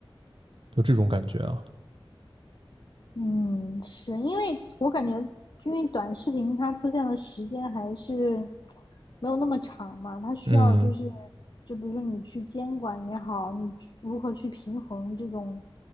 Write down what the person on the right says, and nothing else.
就这种感觉啊，
嗯